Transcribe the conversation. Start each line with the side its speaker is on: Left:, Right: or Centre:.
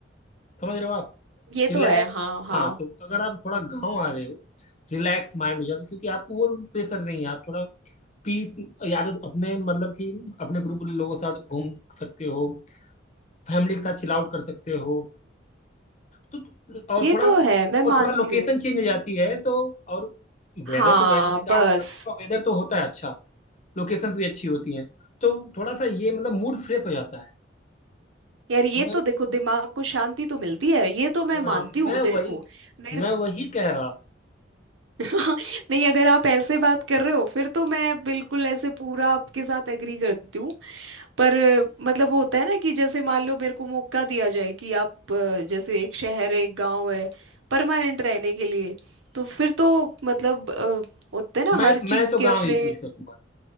Left: समझ रहे हो आप
Right: ये
Left: रिलैक्स
Right: तो है हाँ हाँ
Left: हाँ तो अगर आप थोड़ा गांव आ रहे हो रिलैक्स माइंड हो जाता है क्योंकि आपको वो प्रेशर नहीं है आप थोड़ा पीस यार अपने मतलब कि अपने ग्रुप के लोगों के साथ घूम सकते हो फैमिली के साथ चिल आउट कर सकते हो तो और
Right: ये
Left: थोड़ा
Right: तो है मैं
Left: और
Right: मानती
Left: थोड़ा लोकेशन
Right: हूँ
Left: चेंज हो जाती है तो और
Right: हाँ
Left: वेदर तो वैसे भी गांव
Right: बस
Left: गांव का वेदर तो होता है अच्छा लोकेशन भी अच्छी होती हैं तो थोड़ा सा ये मतलब मूड फ्रेश हो जाता है
Right: यार ये
Left: मैं
Right: तो देखो दिमाग को शांति तो मिलती है ये तो मैं
Left: हाँ
Right: मानती
Left: मैं
Right: हूँ देखो
Left: वही
Right: मेरे
Left: मैं
Right: को
Left: वही कह रहा था
Right: <laughs> नहीं अगर आप ऐसे बात कर रहे हो फिर तो मैं बिल्कुल ऐसे पूरा आपके साथ एग्री करती हूँ पर अ, मतलब वो होता है ना कि जैसे मान लो मेरे को मौका दिया जाए कि आप अ, जैसे एक शहर है एक गांव है परमानेंट रहने के लिए तो फिर तो मतलब अ, होते हैं ना
Left: मैं
Right: हर चीज़
Left: मैं तो
Right: के अपने
Left: गांव ही चूज करूंगा